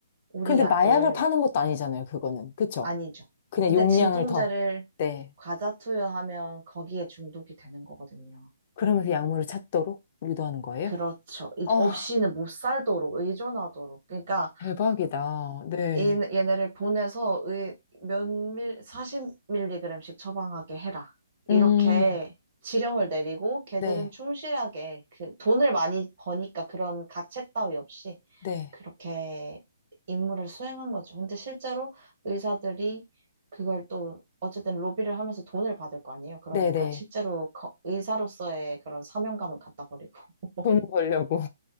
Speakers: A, on the right (about 55°); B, on the left (about 40°).
A: 우리
B: 근데
A: 약을
B: 마약을 파는 것도 아니잖아요, 그거는. 그쵸?
A: 아니죠.
B: 그냥
A: 근데
B: 용량을
A: 진통제를
B: 더. 네.
A: 과자 투여하면 거기에 중독이 되는 거거든요.
B: 그러면서 약물을 찾도록 유도하는 거예요?
A: 그렇죠. 이-
B: 아,
A: 없이는 못 살도록 의존하도록. 그러니까
B: 대박이다. 네.
A: 얘, 얘네를 보내서 의, 몇 밀, 40mg씩 처방하게 해라. 이렇게
B: 음,
A: 지령을 내리고 걔들은
B: 네.
A: 충실하게 그 돈을 많이 버니까 그런 가책 따위 없이
B: 네.
A: 그렇게 임무를 수행한 거죠. 근데 실제로 의사들이 그걸 또 어쨌든 로비를 하면서 돈을 받을 거 아니에요. 그러니까
B: 네네.
A: 실제로 거- 의사로서의 그런 사명감은 갖다 버리고 <laughs>
B: 돈 벌려고.